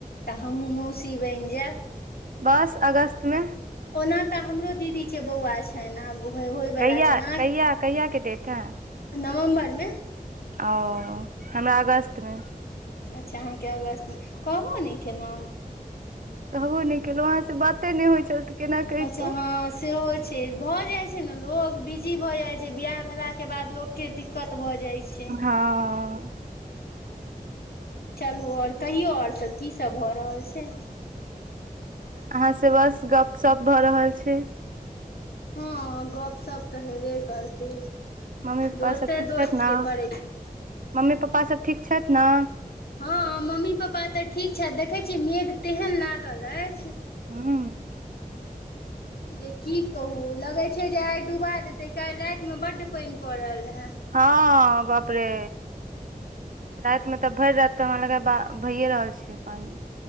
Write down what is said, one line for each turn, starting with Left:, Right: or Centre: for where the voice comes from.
Left: तऽ हमहुँ मौसी बन जैब
Right: बस अगस्त मे।
Left: ओना तऽ हमरो दीदी केँ बौआ छैने आब होइ बला
Right: कहिया
Left: छैन आहाँकेँ
Right: कहिया कहियाके डेट है
Left: <inaudible> नवम्बर मे
Right: ओ हमरा अगस्तमे।
Left: अच्छ अहाँकेँ अगस्तमे कहबौ नहि केनौ
Right: कहबो नहि केलों अहाँ से बाते नहि होइ छल तऽ केना कहितहुँ
Left: अच्छ हँ से हो से भऽ जाइ छै ने लोक बिजी भऽ जाइत छै बिआह भेलाकेँ बाद लोककेँ दिक्कत भऽ जाइत छै।
Right: हँ
Left: चलू और कहियो और सब की सब भऽ रहल छै?
Right: अहाँ सऽ बस गप सप भऽ रहल छै।
Left: हँ गपशप तऽ हेबे करते
Right: मम्मी पप्पा
Left: दोस्ते
Right: सब ठीक
Left: दोस्त
Right: छथि ने
Left: के करे छै।
Right: मम्मी पप्पा सब ठीक छथि न
Left: हँ मम्मी पापा तऽ ठीक छथि देखै छिए मेघ तेहन लागल अछि
Right: हू <inaudible>
Left: जे की कहू लगै छै जे आइ डुबा देतै काल्हि रातिमे बड्ड पानि पड़ल रहैय
Right: हँ बाप रे रातिमे तऽ भरि राति तऽ हमरा लगेय भैए रहल छै पानि।